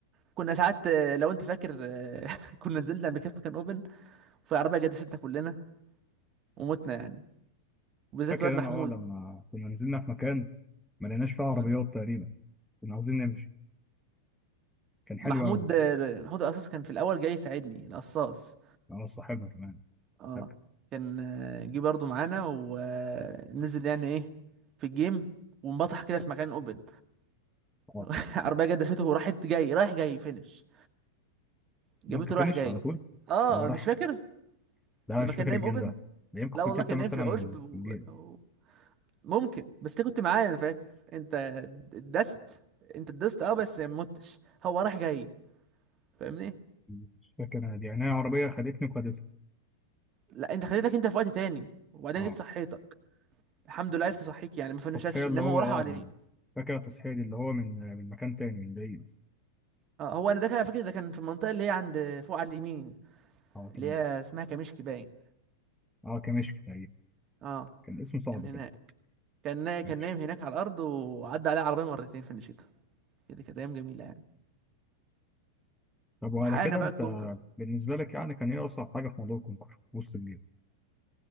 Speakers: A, on the right (about 30°); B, in the centre.
A: كنا ساعات آه، لو أنت فاكر آه، <laughs> كنا نزلنا قبل كده في مكان أوبن فالعربية جدستنا كلنا ومتنا يعني وبالذات
B: فاكر
A: واد محمود
B: انا اه لما كنا نزلنا في مكان ما لقيناش فيه عربيات
A: م.
B: تقريبا كنا عاوزين نمشي كان
A: محمود
B: حلو قوي
A: آه، محمود القصاص كان في الأول جاي يساعدني القصاص
B: اه صاحبنا كمان
A: اه
B: فاكر
A: كان آه، جه برضو معانا ونزل يعني ايه في الجيم وانبطح كده في مكان اوبن
B: اه
A: <laughs> عربيه جت دسته وراحت جاي رايح جاي فينش جابته
B: ممكن فينش
A: رايح جاي
B: على طول
A: اه
B: اه راح
A: مش فاكر
B: لا
A: لما
B: مش
A: كان
B: فاكر
A: نايم
B: الجيم
A: اوبن
B: ده ده يمكن
A: لا
B: كنت
A: والله
B: انت
A: كان
B: مثلا
A: نايم في العشب و...
B: في الجيم
A: و- ممكن بس انت كنت معايا انا فاكر انت دست انت دست اه بس ما متش هو رايح جاي فاهمني
B: مش فاكر انا دي يعني انا عربيه خدتني وخدتها
A: لا انت خليتك انت في وقت تاني وبعدين
B: اه
A: جيت صحيتك الحمد لله عرفت اصحيك يعني ما فنشكش
B: التصحيح اللي
A: انما
B: هو
A: هو راح
B: اه
A: عليك
B: من- فاكر التصحيح دي اللي هو من من مكان تاني من بعيد
A: اه هو انا ده كان على فكره ده كان في المنطقه اللي هي عند فوق على اليمين
B: اه
A: اللي
B: تمام
A: هي اسمها كمشك باين
B: اه كمشك تقريبا
A: اه
B: كان اسمه صعب
A: كان هناك
B: كده
A: كان نا... كان
B: ماشي
A: نايم هناك على الارض وعدى عليه عربيه مرتين في الشتاء كده كانت ايام جميله يعني
B: طب وعلى
A: وحققنا
B: كده
A: بقى
B: انت
A: الكونكر
B: بالنسبه لك يعني كان ايه اصعب حاجه في موضوع الكونكور وسط الجيم